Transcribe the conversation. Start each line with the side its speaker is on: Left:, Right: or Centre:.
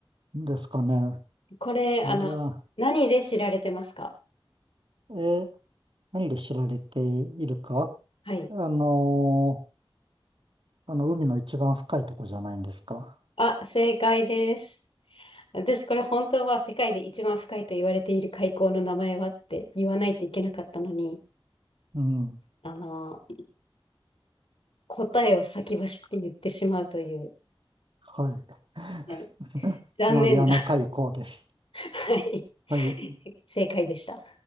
Right: ですかね
Left: これ、
Right: マリア、
Left: あの、何で知られてますか
Right: え、何で知られているか
Left: はい。
Right: あのーあの、海の一番深いとこじゃないんですか
Left: あ、正解です。私これ本当は世界で一番深いと言われている海溝の名前はって言わないといけなかったのに、
Right: うん。
Left: あの、答えを先走って言ってしまうという、
Right: はい。
Left: はい
Right: <laughs>
Left: 残念な、
Right: マリアナ海溝です。
Left: はい
Right: はい。
Left: 正解でした。